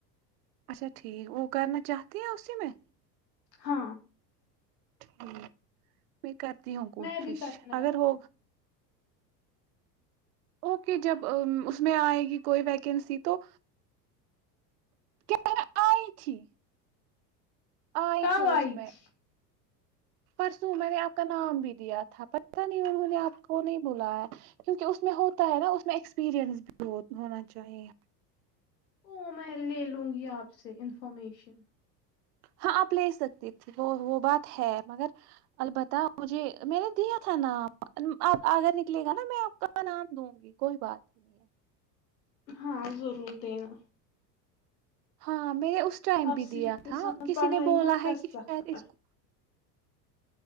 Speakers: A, on the right; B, on the left.
A: اچھا ٹھیک وہ کرنا چاہتی ہیں اسی میں
B: ہاں
A: ٹھیک میں کرتی ہوں کوشش
B: میں بھی کرنا چاہتی
A: اگر وہ
B: ہوں
A: اوکے جب اس میں آئے گی کوئی ویکینسی تو کیا آئی تھی آئی
B: کب
A: تھی اس میں
B: تھی
A: پرسوں میں نے آپ کا نام بھی دیا تھا پتاہ نہیں انہوں نے آپ کو نہیں بلایا کیونکہ اس میں ہوتا ہے نا اس میں ایکسپیرئنس بھی ہونا چاہیے
B: او میں لے لوں گی آپ سے انفارمیشن
A: ہاں آپ لے سکتے تھے وہ وہ بات ہے مگر البتہ مجھے میں نے دیا تھا نام آپ آگر نکلے گا نا میں آپ کا نام دوں گی کوئی بات نہیں ہے
B: ہاں ضرور دینا
A: ہاں میں نے اس ٹائم
B: آپ
A: بھی
B: صرف
A: دیا
B: انسان
A: تھا کسی
B: پڑھائی
A: نے بولا
B: مت کر
A: ہے
B: سکتا
A: کہ شاید اس کو